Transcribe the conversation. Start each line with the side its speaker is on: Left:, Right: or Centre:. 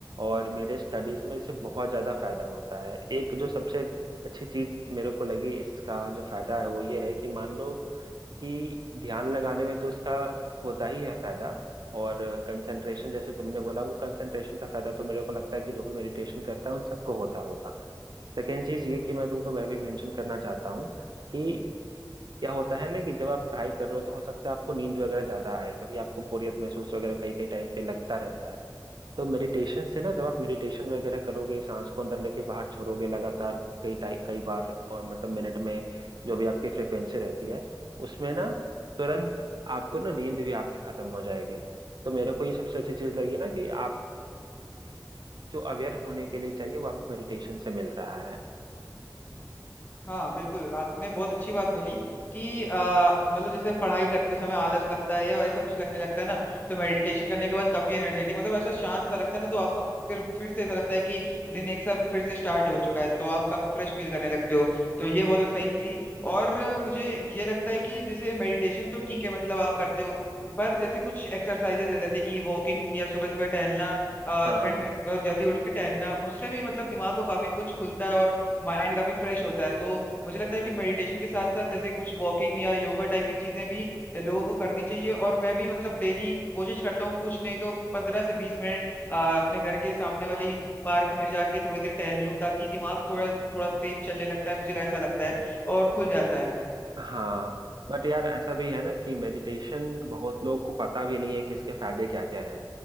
Right: और मेरे स्टडीज में इससे बहुत ज़्यादा फायदा होता है एक जो सबसे अच्छी चीज़ मेरे को लगी इसका जो फायदा है वो ये है कि मान लो कि ध्यान लगाने में तो इसका होता ही है फायदा और कंसंट्रेशन जैसे तुमने बोला वो कंसंट्रेशन का फायदा तो मेरे को लगता है कि जो भी मेडिटेशन करता है उन सबको होता होगा सेकेंड चीज ये कि मैं तुमको मैं भी मेंशन करना चाहता हूँ कि क्या होता है ना कि जब आप पढ़ाई कर रहे हो तो हो सकता है आपको नींद वगैरह ज्यादा आए क्योंकि आपको बोरियत महसूस वगैरह कई कई टाइम पे लगता रहता है तो मेडिटेशन से ना जब आप मेडिटेशन वगैरह करोगे सांस को अंदर लेके बाहर छोड़ोगे लगातार कई टाइ- कई बार और मतलब मिनट में जो भी आपकी फ्रिक्वेंसी रहती है उसमें ना तुरंत आपको ना नींद भी आपकी खत्म हो जाएगी तो मेरे को ये सबसे अच्छी चीज लगी ना कि आपको जो अवेयर होने के लिए चाहिए वो आपको मेडिटेशन से मिल रहा है
Left: हाँ बिल्कुल आपने बहुत अच्छी बात बोली कि आ, मतलब जैसे पढ़ाई करते समय आलस लगता है या ऐसा कुछ लगने लगता है ना तो मेडिटेशन करने के बाद काफी एनर्जेटिक मतलब ऐसा शांत सा लगता है ना तो आपका फिर फिर से ऐसा लगता है कि दिन एक सा फिर से स्टार्ट हो चुका है तो आप काफी फ्रेश फील करने लगते हो तो ये बहुत सही थी और अ, मुझे ये लगता है कि जैसे मेडिटेशन तो ठीक है मतलब आप करते हो पर जैसे कुछ एक्सरसाइजेज है जैसे कि वॉकिंग या सुबह सुबह टहलना अ,
Right: हाँ
Left: ठंड मतलब जल्दी उठ के टहलना उससे भी मतलब दिमाग को काफी कुछ खुलता है और माइंड काफी फ्रेश होता है तो मुझे लगता है कि मेडिटेशन के साथ साथ जैसे कुछ वॉकिंग या योगा टाइप की चीजें भी लोगों को करनी चाहिए और मैं भी मतलब डेली कोशिश करता हूँ कुछ नहीं तो पंद्रह से बीस मिनट अ, अपने घर के सामने वाली पार्क में जाके थोड़ी देर टहल लूँ ताकि दिमाग थोड़ा थोड़ा तेज चलने लगता है मुझे ऐसा लगता है और खुल जाता है
Right: हाँ बट यार ऐसा भी है ना कि मेडिटेशन बहुत लोग को पता भी नहीं है कि इसके फायदे क्या क्या हैं